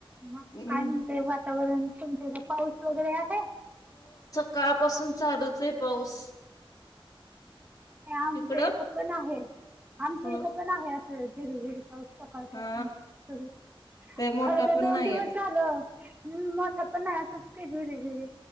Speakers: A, on the right; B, on the left.
A: मग
B: हम्म.
A: काय म्हणते वातावरण तुमच्या इथं पाऊस वगैरे हाय?
B: कवा पसून चालूचय पाऊस.
A: आमचं
B: तिकडं?
A: इथं पण आहे, आमचं
B: हो
A: इथं पण आहे, असं झेरी झेरी. सकाळपासून
B: हा
A: सुरू
B: लय मोठा
A: खर तर
B: पण
A: दोन
B: नाही
A: दिवस
B: येत
A: झालं. हम्म म सपना आसच की झुरी झुरी.